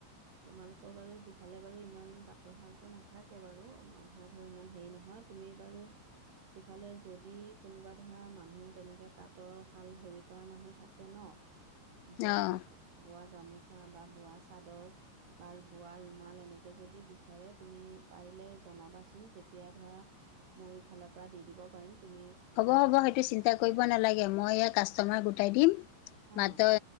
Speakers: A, on the right; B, on the left.
A: তোমালোকৰ বাৰু সিফালে বাৰু ইমান তাঁতৰশালটো নাথাকে বাৰু মানুহে ধৰ ইমান হেৰি নহয় তুমি বাৰু সিফালে যদি কোনোবা ধৰা মানুহ তেনেকে তাঁতৰ শাল হেৰি কৰা মানুহ থাকে ন বোৱা
B: অঁ
A: কাপোৰ বোৱা গামোচা বা বোৱা চাদৰ বাৰ বোৱা ৰুমাল এনেকে যদি বিচাৰে তুমি পাৰিলে জনাবাচোন তেতিয়া ধৰা মই ইফালৰ পৰা দি দিব পাৰিম তুমি
B: হ'ব
A: কোনোবা
B: হ'ব সেইটো চিন্তা কৰিব নালাগে মই ইয়াৰ কাষ্টমাৰ গোটাই দিম
A: হাঁ
B: মাত্ৰ